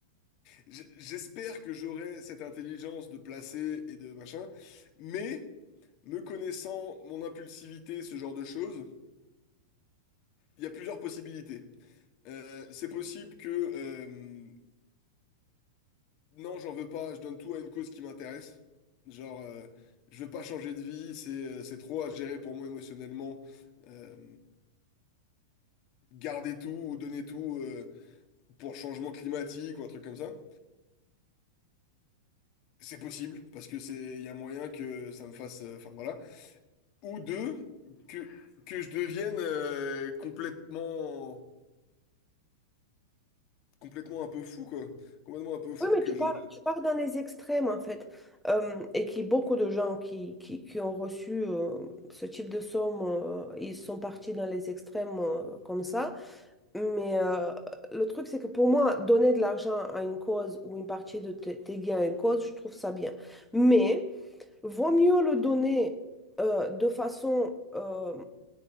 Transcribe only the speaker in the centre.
Oui, mais
tu
pars, tu pars dans les extrêmes, en fait. Euh, et qui beaucoup de gens qui, qui, qui ont reçu euh, ce type de somme, euh, ils sont partis dans les extrêmes euh, comme ça. Mais euh, le truc, c'est que pour moi, donner de l'argent à une cause ou une partie de tes tes gains à une cause, je trouve ça bien. Mais vaut mieux le donner euh, de façon, euh,